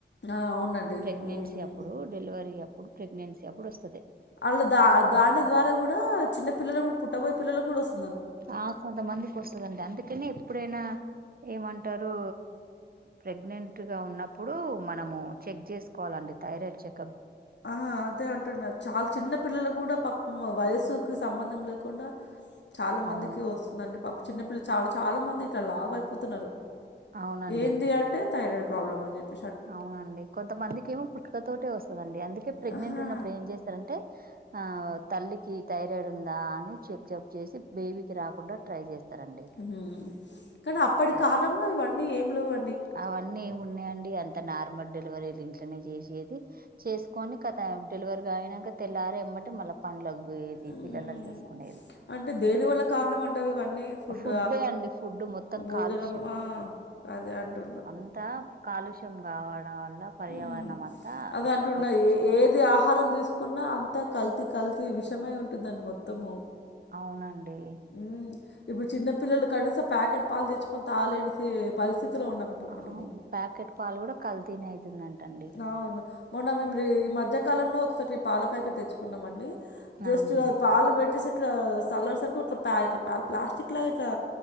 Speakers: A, on the left; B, on the right.
A: ఆ అవునండి
B: ప్రెగ్నెన్సీ
A: ఉమ్
B: అప్పుడు డెలివరీ అప్పుడు ప్రెగ్నెన్సీ అప్పుడు వస్
A: అళ్లా దా దాని ద్వారా గూడా చిన్న పిల్లలకు పుట్టబోయే పిల్లలు కూడా వస్
B: ఆ కొంతమందికి వస్తాది అండి అందుకనే ఎప్పుడైనా ఏమంటారు ప్రెగ్నెంట్ గా ఉన్నప్పుడు మనము చెక్ చేసుకోవాలం థైరాయిడ్ చెక్
A: ఆ అదే అంటున్నారు చాల చిన్న పిల్లలు కూడా పాపం వయసుకి సంబంధం లేకుండా చాలా మందికి
B: అవును
A: వస్తుందండి పాప చిన్నపిల్ల చాలా చాలా మంది ఇట్లా లావయిపోతున్నారు
B: అవునండి
A: ఏంది అంటే థైరాయిడ్ ప్రాబ్లం అని చెప్పి
B: అవునండి కొంతమందికి ఏమో పుట్టుకతోటే వస్తుందం డి అందుకే ప్రెగ్నెంట్
A: ఆహా!
B: ఉన్నప్పుడు ఏం చేస్తారంటే ఆ తల్లికి థైరాయిడ్ ఉం దా అని చెక్ జప్ చేసి బేబీకి రాకుండా ట్రై చేస్తారండి
A: హ్మ్. కానీ అప్పటి
B: అట్లా
A: కాలంలో ఇవన్నీ ఏం లేవం
B: అవన్నీ ఏమి ఉన్నాయండి అంత నార్మల్ డెలివరీలు ఇంట్లోనే చేసేది చేసుకొని కథ డెలివరి గా అయినాక తెల్లారే ఎమ్మంటే మళ్ళా పనులకి పోయేది
A: మళ్ళ మ్మ్
B: పిల్లలని చూసుకునేది
A: అంటే దేని వల్ల కారణం అంటారు ఇవన్నీ ఫుడ్
B: ఫుడ్డే అండి ఫుడ్ మొత్తం
A: భోజనమా
B: కాలుష్యం
A: అదే అంటు
B: అంతా కాలుష్యం కావడం అల పర్యావరణం
A: మ్మ్
B: అంతా
A: అదే
B: ఇట్లా
A: అంటున్నా
B: ఇన్ఫెక్షన్
A: ఏ ఏది ఆహారం తీసుకున్నా అంతా కల్తీ కల్తీ విషమే ఉంటుందండి మొత్తము
B: అవునండి
A: మ్మ్ ఇప్పుడు చిన్న పిల్లలు కనీసం ప్యాకెట్ పాలు తెచ్చుకొని తాలేని సీ పరిస్థితి ఫిఫ్త్ లో ఉన్నము ఇప్పుడు
B: అవును
A: మనము
B: ప్యాకెట్ పాలు కూడా కల్తీనే అయితుందంటండి
A: అవును మొన్న మేం రీ మధ్య కాలం లో ఒకసారి పాల ప్యాకెట్ తెచ్చుకున్నాం అండి జస్ట్
B: అవునండి
A: పాలు పెట్టేసి ఇట్లా సల్లసరికి పాకిట్లా పలు ప్లాస్టిక్ లాగా ఇట్లా